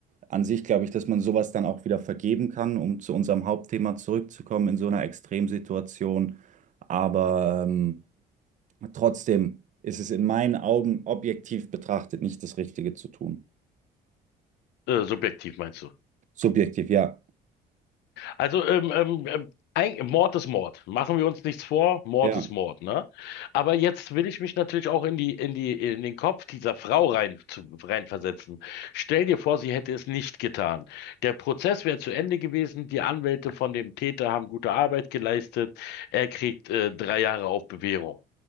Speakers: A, on the right; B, on the left.
A: an sich glaube ich, dass man sowas dann auch wieder vergeben kann, um zu unserem Hauptthema zurückzukommen in so einer Extremsituation. Aber ähm, trotzdem ist es in meinen Augen objektiv betrachtet nicht das Richtige zu tun.
B: Äh, subjektiv meinst du?
A: Subjektiv, ja.
B: Also ähm, ähm, ähm, ein, Mord ist Mord. Machen wir uns nichts vor, Mord
A: Ja.
B: ist Mord, ne? Aber jetzt will ich mich natürlich auch in die, in die, in den Kopf dieser Frau rein, zu, reinversetzen. Stell dir vor, sie hätte es nicht getan. Der Prozess wäre zu Ende gewesen, die Anwälte von dem Täter haben gute Arbeit geleistet, er kriegt äh, drei Jahre auf Bewährung.